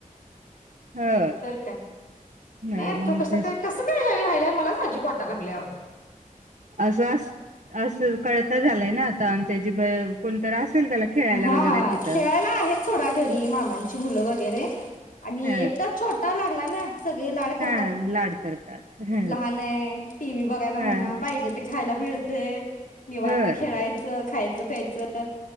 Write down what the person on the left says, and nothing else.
तर काय
नाय तू कस
काय कसं काय? की राहिलाय मलाच अजब वाटायला लागलय आओ
हा
खेळायला आहेत सोडा घरी मामांची मुलं वगैरे आणि
एकटाच छोटा आ लागला ना? सगळे लाड करतात
लहानये टी व्ही बघायला म्हणा
पाहिजे ते खायला मिळतय. निवांत
खेळायचं खायचं प्यायचं